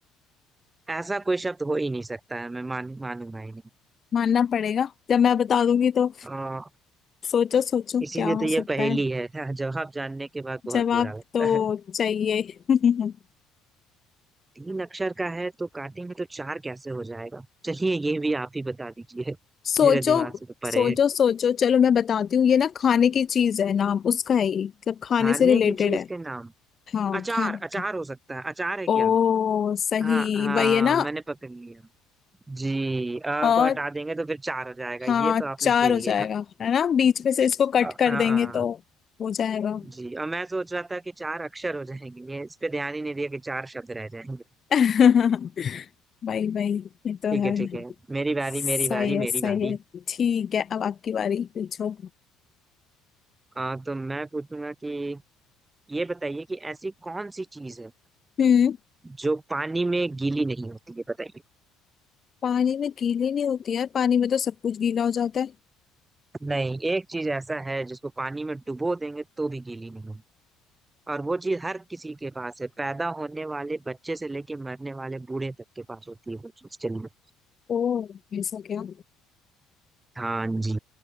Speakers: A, on the right; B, on the left.
A: ऐसा कोई शब्द हो ही नहीं सकता है मैं मान मानूंगा ही नहीं
B: मानना पड़ेगा जब मैं बता दूंगी तो
A: आ,
B: सोचो सोचो
A: इसीलिए
B: क्या
A: तो
B: हो
A: ये
B: सकता
A: पहेली
B: है
A: है <laughs> जवाब जानने के बाद बहुत
B: जवाब
A: बुरा लगता
B: तो
A: है
B: चाहिए <laughs>
A: तीन अक्षर का है तो काटेंगे तो चार कैसे हो जाएगा चलिए ये भी आप ही बता दीजिए
B: सोचो
A: मेरे दिमाग से तो परे
B: सोचो
A: है
B: सोचो चलो मैं बताती हूँ ये ना खाने की चीज है नाम उसका है ये मतलब खाने
A: खाने
B: से रिलेटेड
A: की चीज
B: है
A: के नाम
B: हाँ
A: अचार
B: खाने
A: अचार
B: की।
A: हो सकता है अचार है क्या
B: ओ सही
A: हाँ हाँ
B: वही है ना
A: मैंने पकड़ लिया जी अ
B: और
A: को हटा देंगे तो फिर चार हो जाएगा
B: हाँ
A: ये तो आपने
B: चार
A: खेल
B: हो
A: गया
B: जाएगा है ना बीच में से इसको कट
A: अ,
B: कर
A: हाँ
B: देंगे
A: हाँ
B: तो हो जाएगा
A: जी और मैं सोच रहा था कि चार अक्षर हो जाएंगे ये इस पे ध्यान ही नहीं दिया कि चार शब्द रह जाएंगे
B: <laughs> भाई भाई ये तो
A: ठीक
B: है
A: है ठीक है मेरी बारी
B: सही
A: मेरी बारी
B: है सही
A: मेरी बारी
B: है ठीक है अब आपकी बारी पूछो
A: आ, तो मैं पूछूंगा कि ये बताइए कि ऐसी कौन सी चीज है
B: हम्म
A: जो पानी में गीली नहीं होती है बताइए
B: पानी में गीली नहीं होती यार पानी में तो सब कुछ गीला हो जाता है
A: नहीं एक चीज ऐसा है जिसको पानी में डुबो देंगे तो भी गीली नहीं होगी और वो चीज हर किसी के पास है पैदा होने वाले बच्चे से लेके मरने वाले बूढ़े तक के पास होती है वो चीज चलिए
B: ओ ऐसा क्या
A: हाँ जी